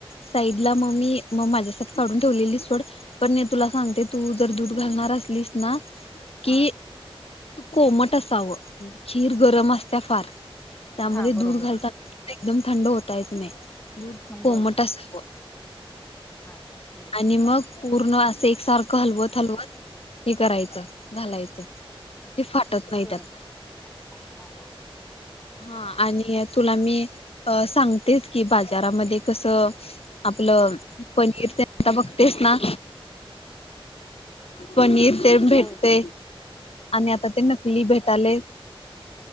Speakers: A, on the left; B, on the left.
A: साईड लां मंग मी मंग माझ्यासांठी काढूं ठेवलेली सोंड. पणं मी तुलां सांगते तूं जरं दूधं घालणांर असलीस नां कि
B: हा
A: कोमट असावं म्हणजे खीर गरमं असत्यां फांर. त्यांमध्ये
B: हा बरोबर
A: दूधं घालतांना एकदंम थंड ओतायचं नाहीं दूधं
B: हा
A: कोमट
B: बर
A: असावं
B: हा बरं.
A: णि मग, पूर्ण असं एक सारखं हलवत, हलवत हे करायचं. घालायचं, ते फाटत नाहीत
B: बर
A: त्यात.
B: हा हा.
A: हा आणि तुला मी अ सांगतेच की, बाजारामध्ये कस, आपलं पनीर तेन आता बघतेस ना, पनीर तेन भेटतय
B: होय
A: आणि आता ते नकली भेटालय.